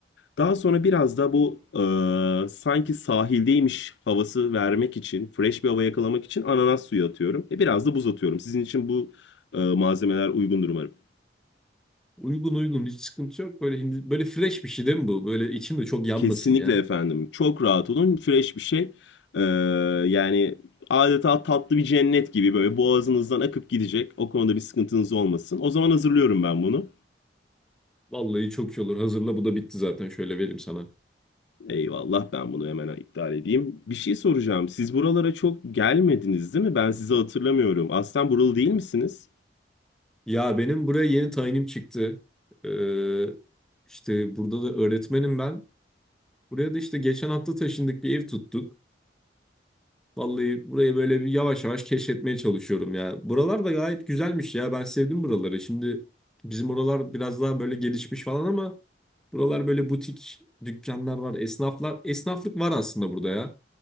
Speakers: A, on the left (about 70°); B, in the centre.
A: Daha sonra biraz da bu e, sanki sahildeymiş havası vermek için, fresh bir hava yakalamak için ananas suyu atıyorum. E, biraz da buz atıyorum. Sizin için bu e, malzemeler uygundur umarım.
B: Uygun uygun hiç sıkıntı yok. Böyle hindi- böyle fresh bir şey değil mi bu? Böyle içim de çok yanmasın
A: Kesinlikle
B: ya.
A: efendim. Çok rahat olun. Fresh bir şey. E, yani adeta tatlı bir cennet gibi böyle boğazınızdan akıp gidecek. O konuda bir sıkıntınız olmasın. O zaman hazırlıyorum ben bunu.
B: Vallahi çok iyi olur. Hazırla bu da bitti zaten şöyle vereyim sana.
A: Eyvallah ben bunu hemen iptal edeyim. Bir şey soracağım. Siz buralara çok gelmediniz değil mi? Ben sizi hatırlamıyorum. Aslen buralı değil misiniz?
B: Ya benim buraya yeni tayinim çıktı. Ee, işte burada da öğretmenim ben. Buraya da işte geçen hafta taşındık bir ev tuttuk. Vallahi burayı böyle bir yavaş yavaş keşfetmeye çalışıyorum ya. Buralar da gayet güzelmiş ya. Ben sevdim buraları. Şimdi bizim oralar biraz daha böyle gelişmiş falan ama buralar böyle butik dükkanlar var, esnaflar. Esnaflık var aslında burada ya.